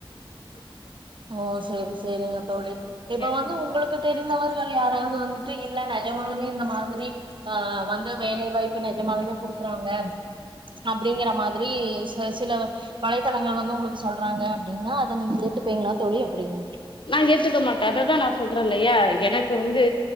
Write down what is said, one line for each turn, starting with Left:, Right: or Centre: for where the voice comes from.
Left: <inaudible>
Right: ஓ சேரி செரிங்க தோழி
Left: பாப்பேன்.
Right: இப்ப வந்து உங்களுக்கு தெரிந்தவர்கள் யாராவது வந்து இல்ல நெஜமாளுமே இந்த மாதிரி ஆஹ் வந்த வேலைவாய்ப் இப்ப நெஜமாளுமே குடுக்குறாங்க அப்டிங்குறா மாதிரி சில வலைதளங்கள் வந்து உங்களுக்கு சொல்றாங்க அப்டின்னா அத நீங்க எத்துப்பீங்களா தோழி அப்புடிங்க
Left: நா ஏத்துக்க மாட்டே அததா நா சொல்றேயில்லையா எனக்கு வந்து